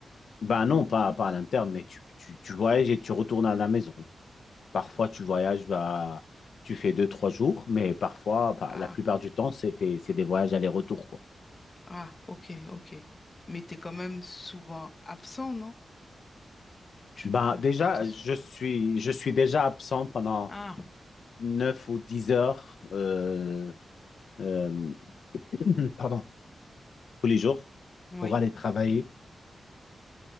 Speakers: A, on the left; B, on the left.
A: bah non, pas, pas à l'interne, mais tu, tu, tu voyages et tu retournes à la maison. Parfois, tu voyages, bah, tu fais deux, trois jours, mais parfois, bah,
B: Ah,
A: la plupart du temps, c'est des, c'est des voyages aller-retour, quoi.
B: ah, ok, ok. Mais t'es quand même souvent absent, non? Tu
A: Bah,
B: peux
A: déjà,
B: potentiellement...
A: je suis, je suis déjà absent pendant
B: Ah,
A: 9 ou 10 heures, euh, euh, <clears throat> pardon, tous les jours
B: oui,
A: pour aller travailler